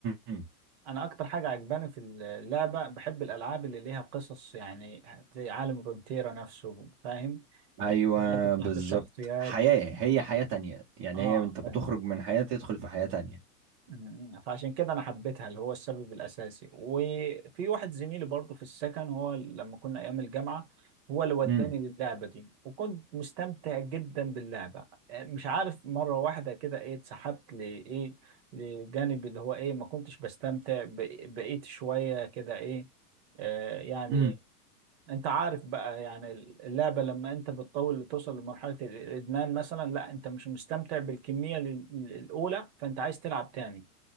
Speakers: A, on the right (about 25°); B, on the right (about 45°).
A: م.
B: انا اكتر حاجة عجباني في اللعبة بحب الالعاب اللي ليها قصص يعني زي عالم رونتيرا نفسه فاهم؟
A: ايوه
B: الحكايات بتاعت
A: بالظبط
B: الشخصيات
A: حياة هي حياة تانية يعني
B: اه
A: هي انت بتخرج
B: فاهم
A: من حياة تدخل في حياة تانية
B: مم. فعشان كده انا حبيتها اللي هو السبب الاساسي وفي واحد زميلي برضه في السكن هو لما كنا ايام الجامعه هو اللي وداني
A: امم
B: للعبه دي وكنت مستمتع جدا باللعبه آه، مش عارف مره واحده كده ايه اتسحبت لايه لجانب اللي هو ايه ما كنتش بستمتع ب- بقيت شويه كده ايه آه يعني
A: امم
B: انت عارف بقى يعني اللعبه لما انت بتطول توصل لمرحله الادمان مثلا لا انت مش مستمتع بالكميه ال- الاولى فانت عايز تلعب تاني